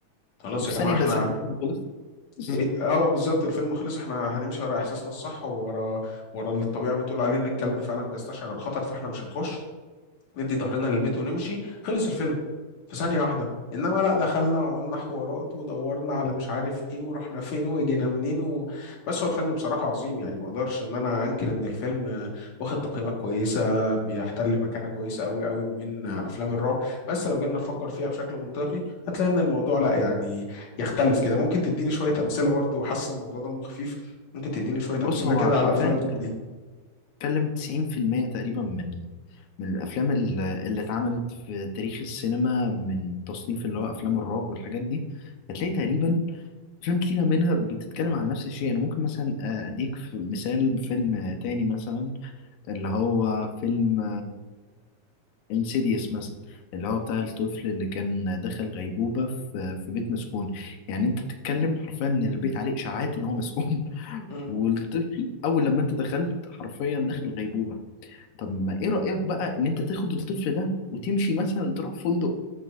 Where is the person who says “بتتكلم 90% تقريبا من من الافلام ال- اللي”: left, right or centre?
Left